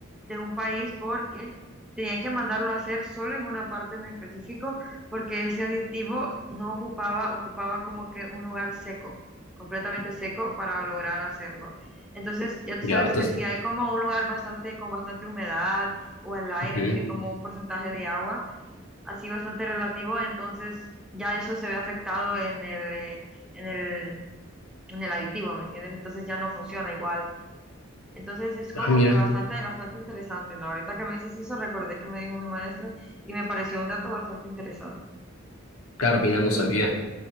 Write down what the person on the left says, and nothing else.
Ya.
Entonces,
ujú.
Ah, mira,
claro, mira, no sabía.